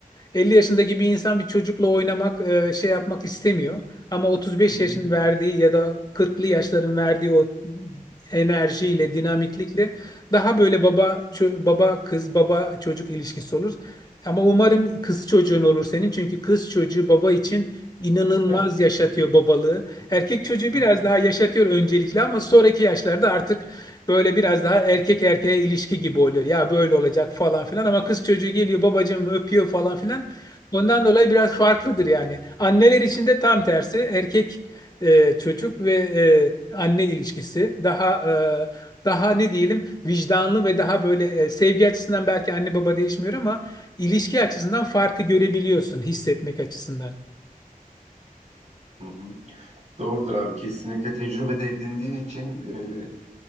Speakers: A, on the left; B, on the right.
A: 50 yaşındaki bir insan bir çocukla oynamak, e, şey yapmak istemiyor. Ama 35
B: hı hı,
A: yaşın verdiği ya da 40'lı yaşların verdiği o enerjiyle, dinamiklikle daha böyle baba çö- baba kız, baba çocuk ilişkisi olur. Ama umarım kız çocuğun olur senin çünkü kız çocuğu baba için inanılmaz
B: Ya,
A: yaşatıyor babalığı. Erkek çocuğu
B: hı
A: biraz
B: hı.
A: daha yaşatıyor öncelikle ama sonraki yaşlarda artık Böyle biraz daha erkek erkeğe ilişki gibi oluyor. Ya böyle olacak falan filan ama kız çocuğu geliyor babacığım öpüyor falan filan. Ondan dolayı biraz farklıdır yani. Anneler için de tam tersi erkek e, çocuk ve e, anne ilişkisi daha e, daha ne diyelim vicdanlı ve daha böyle e, sevgi açısından belki anne baba değişmiyor ama ilişki açısından farkı görebiliyorsun hissetmek açısından.
B: Hı hı. Doğrudur abi kesinlikle tecrübe de edindiğin için e,